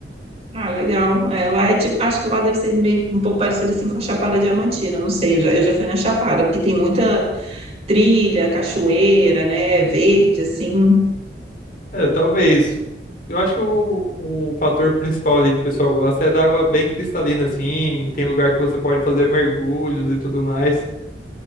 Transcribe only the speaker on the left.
É, talvez. Eu acho que o, o fator principal ali que o pessoal gosta é da água bem cristalina, assim, e tem lugar que você pode fazer mergulhos e tudo mais.